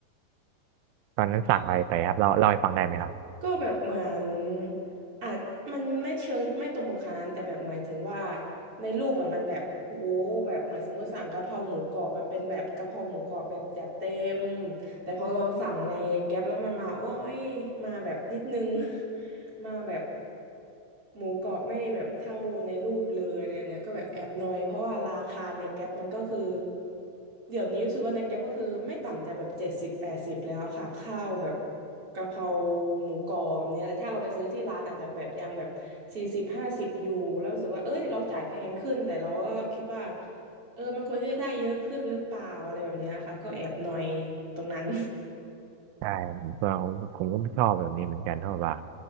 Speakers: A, on the right (about 80°); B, on the right (about 30°).
A: ตอนนั้นสั่งอะไรไปครับเร่าเล่าให้ฟังได้ไหมครับ
B: <laughs> ก็แบบเหมือนอาจมันไม่เชิงไม่ตรงปกขนาดนั้นแต่แบบหมายถึงว่าในรูปอะมันแบบโหแบบเหมือนสมมติสั่งกะเพราหมูกรอบมันเป็นแบบกะเพราหมูกรอบแบบจัดเต็ม แต่พอเราสั่งในแก๊ปแล้วมันมาโอ้ยมาแบบนิดนึง <laughs> มาแบบหมูกรอบไม่แบบเท่าในรูปเลยอะไรแบบเนี้ยก็แบบแอบนอยเพราะว่าราคาในแก๊ปมันก็คือเดี๋ยวนี้รู้สึกว่าในแก๊ปก็คือไม่ต่ำจะแบบเจ็ดสิบแปดสิบแล้วค่ะข้าวแบบกะเพราหมูกรอบแบบเนี้ยแต่ถ้าเราไปซื้อที่ร้านอาจจะแบบยังแบบสี่สิบห้าสิบอยู่แล้วรู้สึกว่าเอ้ยเราจ่ายแพงขึ้นแต่เราก็คิดว่า เออมันควรที่จะได้เยอะขึ้นหรือเปล่าอะไรแบบเนี้ยค่ะก็แอบหน่อยตรงนั้น
A: ใช่ผมผมก็ไม่ชอบแบบนี้เหมือนกันเพราะว่า